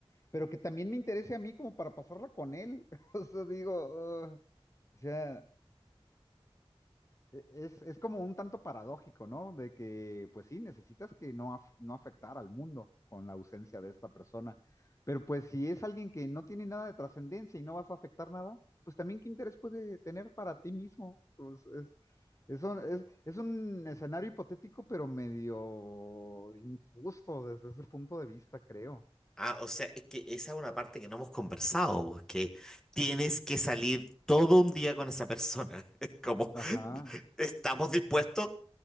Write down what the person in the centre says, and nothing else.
Ah, o sea, es que esa es una parte que no hemos conversado, pues, que tienes que salir todo un día con esa persona. <laughs> Es como, <laughs>
¿estamos dispuestos?